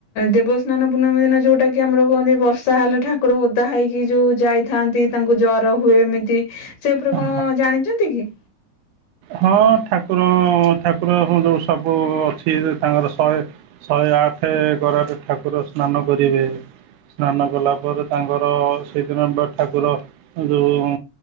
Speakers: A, on the left; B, on the right.
A: ଦେବସ୍ନାନ ପୂର୍ଣ୍ମୀ ଦିନ ଯୋଉଟା କି ଆମର କୁହନ୍ତି ବର୍ଷା ହେଲେ ଠାକୁର ଓଦା ହେଇକି ଯୋଉ ଯାଇଥାନ୍ତି ତାଙ୍କୁ ଜର ହୁଏ ଏମିତି ସେ ଉପରେ
B: ହଁ
A: କଣ ଜାଣିଛନ୍ତି କି?
B: ହଁ ଠାକୁର ଠାକୁର ଯୋଉ ସବୁ ଅଛି ତାଙ୍କର ଶହେ ଶହେ ଆଠ କରାରେ ଠାକୁର ସ୍ନାନ କରିବେ ସ୍ନାନ କଲା ପରେ ତାଙ୍କର ସେଇଦିନ ବା ଠାକୁର ଯୋଉ